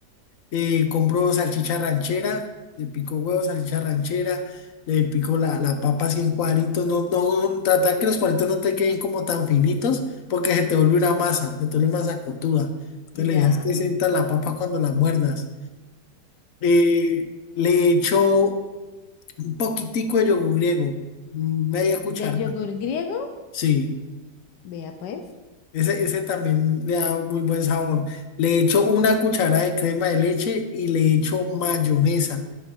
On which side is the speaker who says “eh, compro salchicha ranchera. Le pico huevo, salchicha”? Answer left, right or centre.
Left